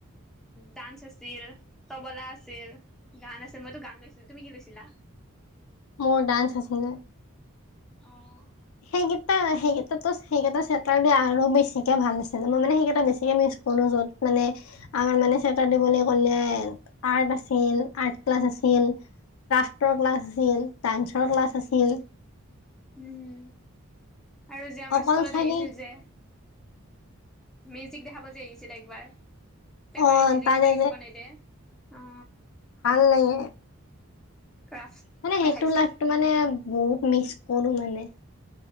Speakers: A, in the centre; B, on the left.
A: ডান্স আছিল, তবলা আছিল, গান আছিল মইতো গান লৈছিলো। তুমি কি লৈছিলা? <inaudible>
B: মোৰ ডান্স আছিলে।
A: অঁ।
B: সেইকেইটা সেইকেইটাটো সেইকেইটা চেটাৰ ডে আৰু বেছিকে ভাল আছিলে। মই মানে সেইকেইটা বে বেছিকে মিছ কৰো য'ত মানে আমাৰ মানে চেতাৰ দে বুলি ক'লে আৰ্ট আছিল আ ক্লাছ আছিল, ক্ৰাফটৰ ক্লাছ আছিল, ডান্সৰ ক্লাছ আছিল।
A: উম, আৰু যে আমাৰ
B: অকল
A: স্কুলত
B: চাগে
A: আহিছিল যে মেজিক দেখাব যে আহিছিল একবাৰ। পেপাৰী
B: অ
A: দি যে
B: তাৰে
A: কিবা কিবি বনাই দে। অ।
B: ভাল লাগে
A: ক্ৰাফট
B: মানে সেইটো
A: দেখাইছিল
B: লাইফটো মানে বহুত মিচ কৰো মানে।